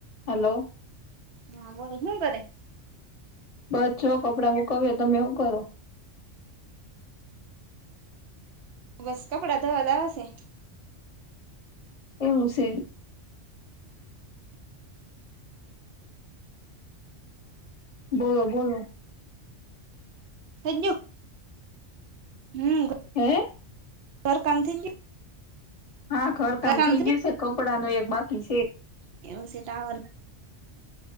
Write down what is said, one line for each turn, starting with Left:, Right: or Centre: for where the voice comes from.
Left: Hello
Right: હા બોલો. શું કરે?
Left: બસ જો કપડાં હૂકવીએ. તમે શું કરો?
Right: બસ કપડા ધોવા જાવા સે.
Left: એવું છે. બોલો બોલો.
Right: બીજું? હમ્મ
Left: હે
Right: ઘરકામ થઇ ગયું?
Left: હા ઘરકામ
Right: ઘર કામ
Left: થઈ ગયું સે. કપડાંનું એક બાકી છે.
Right: ત્યાં સે ટાવર.